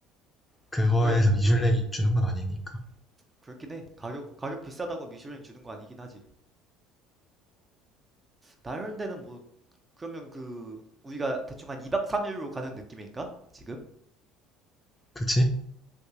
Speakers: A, on the left; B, on the right.
A: 그거에서
B: 그래
A: 미슐랭이
B: 그 어,
A: 주는 건 아니니까.
B: 그렇긴 해. 가격 가격 비싸다고 미슐랭 주는 거 아니긴 하지. 다른 데는 뭐 그러면 그 우리가 대충 한 2박 3일로 가는 느낌인가? 지금?
A: 그치?